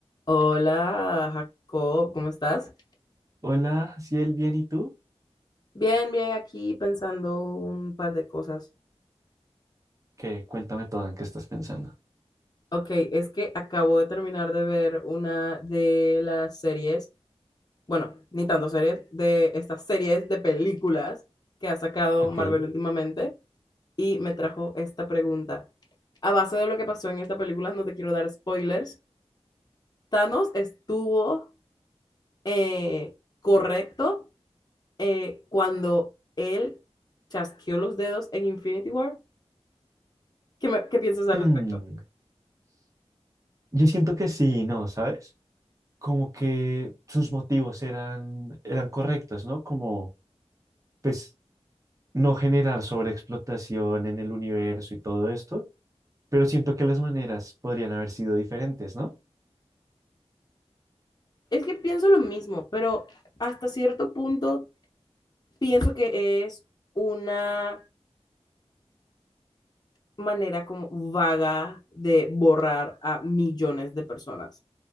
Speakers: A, on the left; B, on the right.
A: Hola, Jacob, ¿cómo estás?
B: Hola, Ciel, bien, ¿y tú?
A: Bien, bien, aquí pensando un par de cosas.
B: ¿Qué? Cuéntame todo, ¿en qué estás pensando?
A: Ok, es que acabo de terminar de ver una de las series, bueno, ni tanto series, de estas series de películas que ha sacado
B: Ok,
A: Marvel últimamente y me trajo esta pregunta. A base de lo que pasó en esta película, no te quiero dar spoilers, Thanos estuvo eh, correcto eh, cuando él chasqueó los dedos en Infinity War. ¿Qué, me- qué piensas al
B: Hmm,
A: respecto?
B: yo siento que sí, ¿no? ¿Sabes? Como que sus motivos eran, eran correctos, ¿no? Como, pues, no generar sobreexplotación en el universo y todo esto, pero siento que las maneras podrían haber sido diferentes, ¿no?
A: Es que pienso lo mismo, pero hasta cierto punto pienso que es una manera como vaga de borrar a millones de personas.